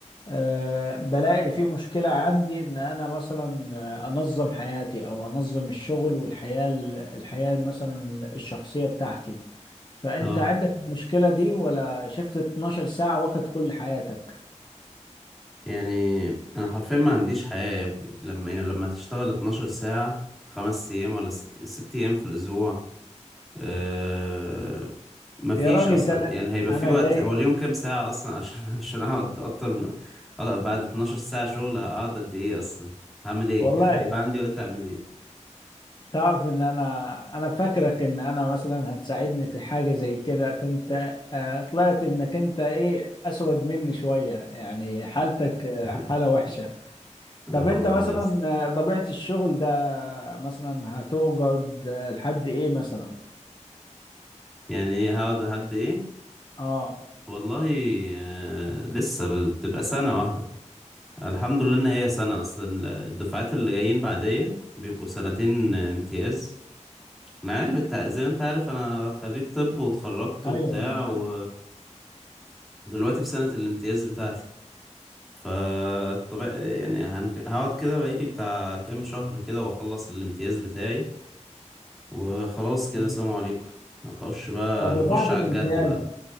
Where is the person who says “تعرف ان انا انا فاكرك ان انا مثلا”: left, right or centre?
Left